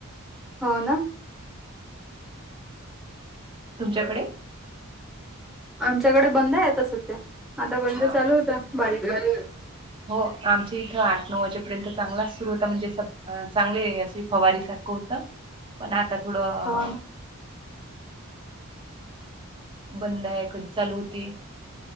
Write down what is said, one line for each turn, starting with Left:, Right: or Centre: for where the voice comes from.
Centre: हो ना
Right: तुमच्याकडे?
Centre: आमच्याकडे बंदय आता सध्या आता पर्यंत
Right: हा
Centre: चालू होतं बारीक बारीक.
Right: हो आमच्या इथं आठ नऊ वाजेपर्यंत चांगलाच सुरू होता म्हणजे स चांगले असे फवारी सारखं होतं. पण आता थोडं
Centre: हो ना
Right: बंदय कधी चालू होतय.